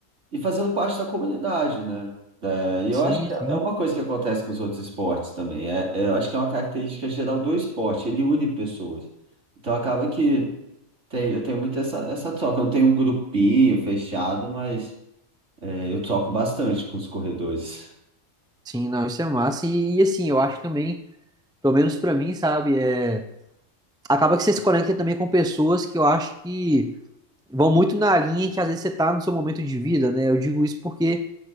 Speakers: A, on the right; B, in the centre.
A: e fazendo parte da comunidade, né? É, e
B: Sim,
A: eu acho que
B: sim.
A: é uma coisa que acontece com os outros esportes também. É, é, eu acho que é uma característica geral do esporte, ele une pessoas. Então acaba que tem, eu tenho muito essa, essa troca. Eu não tenho um grupinho fechado, mas é, eu troco bastante com os corredores.
B: Sim, não, isso é massa. E, e, assim, eu acho também, pelo menos pra mim, sabe, é... acaba que você se conecta também com pessoas que eu acho que vão muito na linha que às vezes você tá no seu momento de vida, né? Eu digo isso porque,